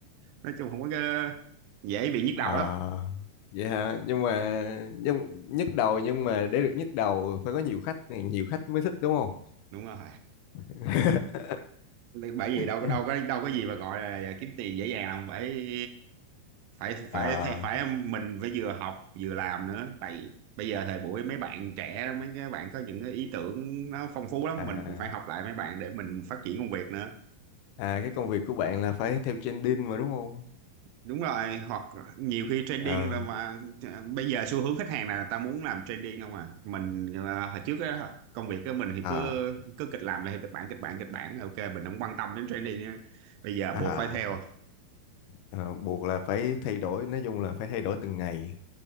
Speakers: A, on the right (about 75°); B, on the left (about 80°).
A: nói chung không có cái- dễ bị nhức
B: Ờ
A: đầu lắm
B: vậy hả nhưng mà nhưng nhức đầu nhưng mà để được nhức đầu phải có nhiều khách nhiều khách mới thích đúng không
A: đúng rồi
B: <laughs>
A: bởi vì đâu
B: Nhưng
A: có đâu có đâu có gì mà gọi là kiếm tiền dễ dàng đâu phải phải
B: Ờ,
A: phải phải phải mình phải vừa học vừa làm nữa tại bây giờ thời buổi mấy bạn trẻ mấy cái bạn có những cái ý tưởng nó phong phú lắm
B: à
A: mình cũng phải học lại mấy bạn để mình phát triển công việc nữa
B: à cái công việc của bạn là phải theo trending mà đúng không
A: đúng rồi hoặc nhiều khi trending
B: Ờ,
A: là mà ờ, bây giờ xu hướng khách hàng là ta muốn làm trending không à mình à, hồi trước á, công việc của mình thì
B: à
A: cứ cứ kịch làm là theo kịch bản kịch bản kịch bản ok mình không quan tâm đến trending á. bây giờ
B: à
A: buộc phải theo
B: ờ, buộc là phải thay đổi nói chung là phải thay đổi từng ngày